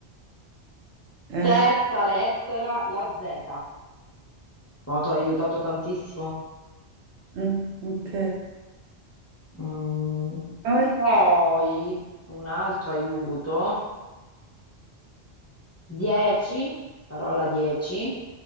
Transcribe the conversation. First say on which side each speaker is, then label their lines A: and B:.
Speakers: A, on the right; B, on the left.
A: Eh,
B: terza lettera, la Z. Oh, ti ho aiutato tantissimo.
A: mm, ok.
B: Mm.
A: Poi?
B: Poi un altro aiuto, 10, parola 10,